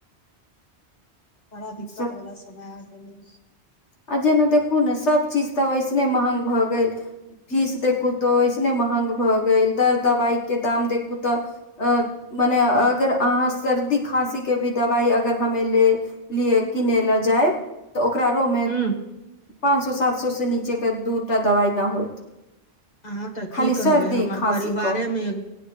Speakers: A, on the left; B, on the left.
A: बड़ा दिक्कत
B: सब
A: वाला समय आ गेले।
B: आ जेना देखू ने सभ चीज तऽ वैसने महंग भ गेल। फीस देखू तऽ ऐसने महंग भऽ गेल दर दवाइ के दाम देखू त अ मने अगर अहाँ सर्दी खाँसी के भी दवाइ अगर हमे ल लिए किन ले जाइब तऽ ओकरा रो म
A: हू
B: पाँच सए सात सए से नीचे के दूटा दवाई न होत।
A: अहाँ त
B: खाली
A: कि कहबै
B: सर्दी
A: हमर
B: खाँसी
A: परिवारेमे
B: क
A: एो